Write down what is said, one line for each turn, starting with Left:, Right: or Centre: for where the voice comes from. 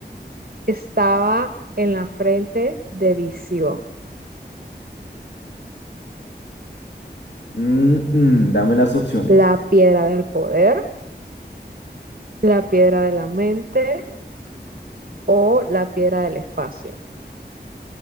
Right: estaba en la frente de Visión?
Left: Mm, mm, dame las opciones.
Right: ¿La piedra del poder? ¿La piedra de la mente? o la piedra del espacio.